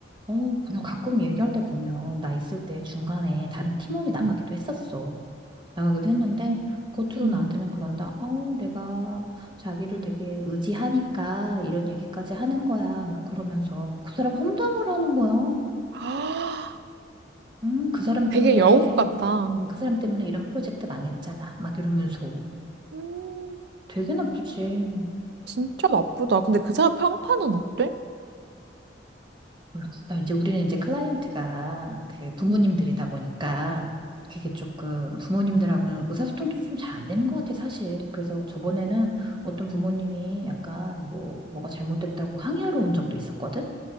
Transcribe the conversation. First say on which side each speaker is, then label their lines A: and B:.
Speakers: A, on the right; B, on the right.
A: 어, 그냥 가끔 얘기할 때 보면 나 있을 때 중간에 다른 팀원이 나가기도
B: 응,
A: 했었어. 나가기도 했는데 겉으로
B: 응.
A: 나한테는 그런다. 어, 내가 자기를 되게 의지하니까 이런 얘기까지 하는 거야. 막 그러면서 그 사람 험담을 하는 거야.
B: <gasps>
A: 음, 그 사람
B: 되게
A: 때문에,
B: 여우 같다.
A: 음, 그 사람 때문에 이런 프로젝트 망했잖아. 막 이러면서
B: 음,
A: 되게 나쁘지.
B: 진짜 나쁘다. 근데 그 사람 평판은 어때?
A: 모르겠어. 이제 우리는 이제 클라이언트가 그 부모님들이다
B: 음.
A: 보니까 그게 조금 부모님들하고는 의사소통도 좀 잘 안 되는 것 같아, 사실. 그래서 저번에는 어떤 부모님이 약간 뭐, 뭐가 잘못됐다고 항의하러 온 적도 있었거든?